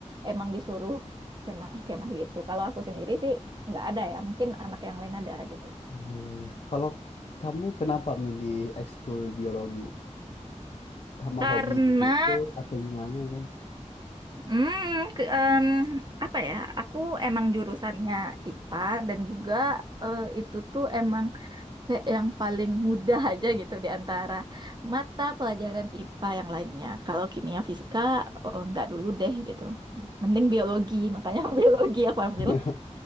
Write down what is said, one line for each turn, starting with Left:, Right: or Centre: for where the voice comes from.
Right: emang disuruh kemah-kemah gitu. Kalau aku sendiri sih nggak ada ya, mungkin anak yang lain ada gitu.
Left: oh, iya, iya. Kalau kamu kenapa milih ekskul biologi? Emang
Right: Karena,
Left: hobi di situ atau gimana kan?
Right: hmm, ke, em, apa ya? Aku emang jurusannya IPA dan juga eh, itu tuh emang kayak yang paling mudah <laughs> aja gitu di antara mata pelajaran IPA yang lainnya. Kalau kimia fisika oh, nggak dulu deh gitu. Mending biologi, makanya <laughs> biologi aku ambil.
Left: <laughs>